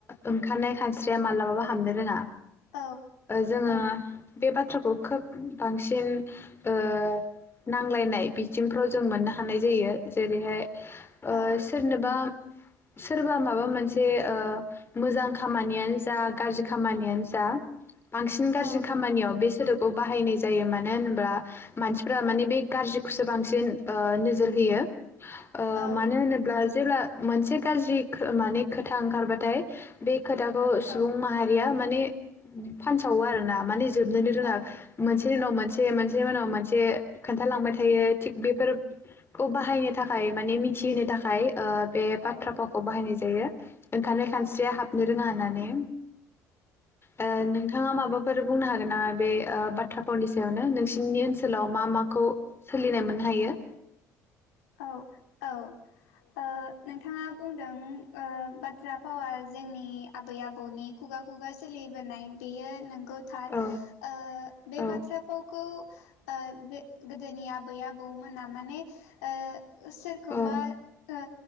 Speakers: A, on the left; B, on the left.
A: ओंखारनाय खानस्रिया मालाबाबो हाबनो रोङा।
B: औ
A: जोङो बे बाथ्राखौ खोब बांसिन ओ नांलायनाय बिथिंफ्राव जों मोननो हानाय जायो जेरैहाय
B: औ
A: ओ सोरनोबा सोरबा माबा मोनसे ओ मोजां खामानियानो जा गाज्रि खामानियानो जा बांसिन गाज्रि
B: औ
A: खामानियाव बे सोदोबखौ बाहायनाय जायो मानो होनोब्ला मानसिफोरा
B: औ
A: माने बे गाज्रिखौसो बां बांसिन ओ नोजोर होयो ओ
B: औ
A: मानो होनोब्ला जेब्ला मोनसे गाज्रि माने खोथा ओंखारबाथाय
B: उम
A: बे खोथाखौ
B: औ
A: सुबुं माहारिया माने फानसावो आरो ना माने जोबनोनो रोङा
B: औ
A: मोनसेनि उनाव मोनसे मोनसेनि उनाव मोनसे खोन्थालांबाय
B: उम
A: थायो थिग बेफोरखौ बाहायनो थाखाय माने मिन थिहोनो थाखाय ओ बे बाथ्रा
B: औ
A: फावखौ बाहायनाय जायो ओंखारनाय
B: औ
A: खानस्रिया हाबनो रोङा होननानै ओ नों थाङा माबा फोर बुंनो हागोन नामा बे ओ बा थ्रा फावनि सायावनो नोंसिनि ओनसोलाव मा मा माखौ सोलिनाय मोननो हायो?
B: औ औ ओ नोंथाङा बुंदों ओ बाथ्रा फावा जोंनि आबै आबौनि खुगा खुगा सोलिबोनाय बेयो नों गौ थार
A: औ
B: ओ बे
A: औ
B: बाथ्रा फावखौ ओ बे गोदोनि आबै आबौमोना माने ओ सोरखौबा
A: औ
B: ओ